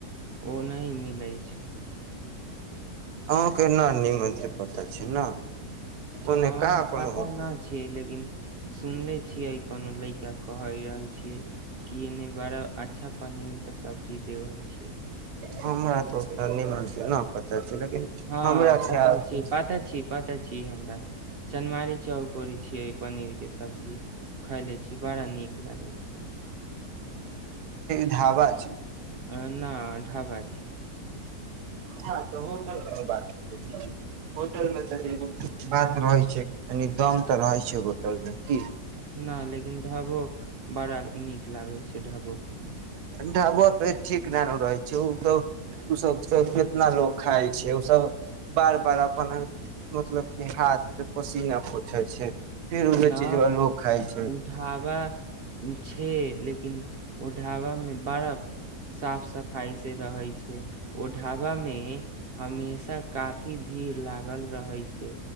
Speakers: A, on the right; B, on the right.
A: ओ नहि मिलै छै
B: अहाँके न निमनसँ पता छै ने ओने
A: ह
B: कहाँ कोनो
A: पता
B: होटल
A: नहि छियै लेकिन सुनले छियै कोनो ल का कहै रहै छियै की एने बड़ा अच्छा पनीर के सब्जी देबल छी
B: हमरा त निमन सँ न पता छै लेकिन
A: हँ
B: हमरा ख्याल
A: पता छी
B: से
A: पता छी पता छी हमरा चनमारी चौकौरी छियै पनीर के सब्जी खैले छी बड़ा नीक लागै छै
B: ढावा छै
A: अ न ढाबा छै
B: हँ त होटल बात होटल मे त बात रहै छै तनी दम तऽ रहै छै होटल मे की
A: नहि लेकिन ढाबो बड़ा नीक लागै छै ढाबो प
B: ढाबो पे ठीक ना न रहै छै ओ ओ सब कितना लोग खाइ छै ओसभ बार बार अपन मतलब कि हाथ स पसीना पोछै छै फेर उहे
A: न
B: चीजबा लोग खाइ छै
A: ओ ढाबा छै लेकिन ओ ढाबा मे ब बड़ा साफ सफाई से रहै छै ओ ढाबा मे हमेशा काफी भीड़ लागल रहै छै